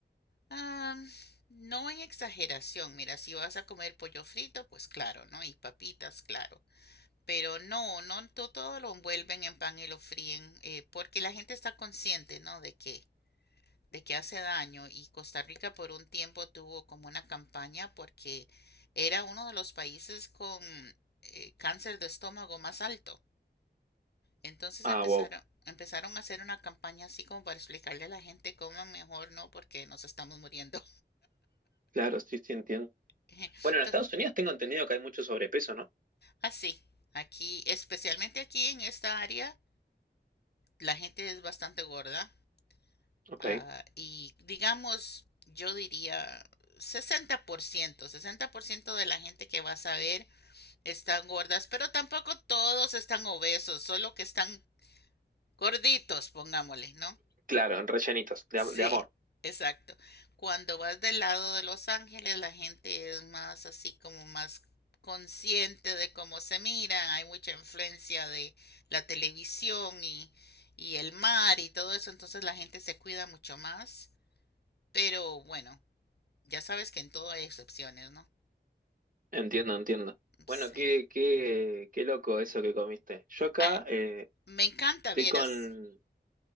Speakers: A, on the left; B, on the right.
A: Ah, no en exageración. Mira, si vas a comer pollo frito, pues claro, ¿no? Y papitas, claro. Pero no, no to- todo lo envuelven en pan y lo fríen, eh, porque la gente está consciente, ¿no? De que de que hace daño y Costa Rica por un tiempo tuvo como una campaña porque era uno de los países con eh, cáncer de estómago más alto. Entonces
B: Ah,
A: empezaron,
B: wow.
A: empezaron a hacer una campaña así como para explicarle a la gente cómo mejor no porque nos estamos muriendo.
B: Claro, sí, sí, entiendo.
A: <laughs>
B: Bueno,
A: Entonces,
B: en Estados Unidos tengo entendido que hay mucho sobrepeso, ¿no?
A: así, aquí, especialmente aquí en esta área, la gente es bastante gorda
B: Ok.
A: ah, y digamos, yo diría sesenta sesenta por ciento sesenta por ciento de la gente que vas a ver están gordas, pero tampoco todos están obesos, solo que están gorditos, pongámosle, ¿no?
B: Claro, en rellenitos, de,
A: Sí,
B: am- de amor.
A: exacto. Cuando vas del lado de Los Ángeles, la gente es más así como más consciente de cómo se miran, hay mucha influencia de la televisión y, y el mar y todo eso, entonces la gente se cuida mucho más, pero bueno, ya sabes que en todo hay excepciones, ¿no?
B: Entiendo, entiendo.
A: Sí.
B: Bueno, qué, qué, qué loco eso que comiste. Yo acá
A: Ah,
B: eh,
A: me encanta,
B: estoy
A: vieras.
B: con,